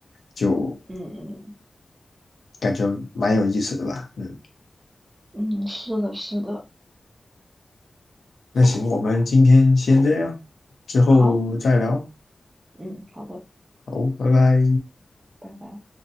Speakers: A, on the left; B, on the right.
A: 就
B: 嗯
A: 感觉蛮有意思的吧。嗯，
B: 嗯嗯，是的，是的，
A: 那行，我们今天先这样，之后再聊。
B: 好，嗯，好的，
A: 好，拜拜。
B: 拜拜。